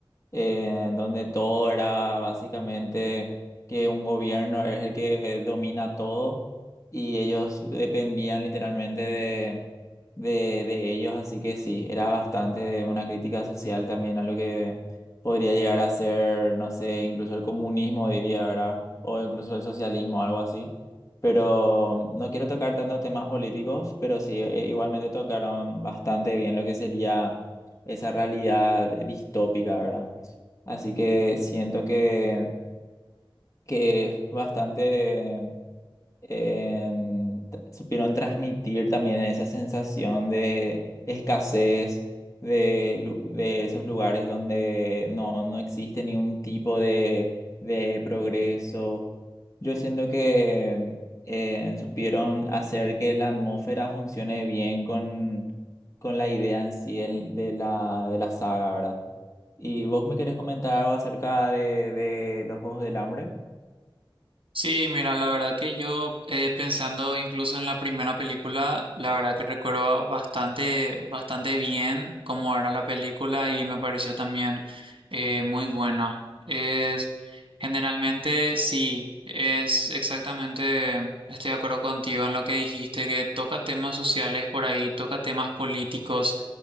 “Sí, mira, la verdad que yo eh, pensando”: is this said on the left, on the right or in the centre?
Right